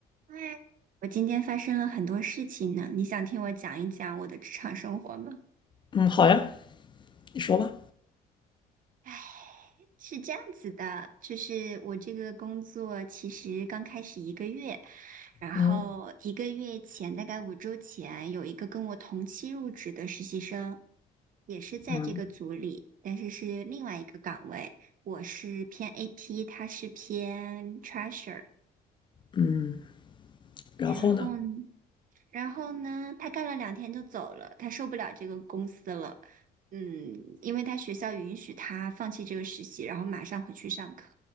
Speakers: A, on the right (about 55°); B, on the left (about 30°).
A: 嗨，我今天发生了很多事情呢，你想听我讲一讲我的职场生活吗？
B: 嗯，好呀，你说吧。
A: 唉，是这样子的，就是我这个工作其实刚开始一个月，然后一个月前，
B: 嗯
A: 大概五周前，有一个跟我同期入职的实习生，也是在这个组里，
B: 嗯
A: 但是是另外一个岗位，我是偏 AP，他是偏 Treasure。
B: 嗯，然后呢？
A: 然后呢？然后呢，他干了两天就走了，他受不了这个公司了。嗯，因为他学校允许他放弃这个实习，然后马上回去上课。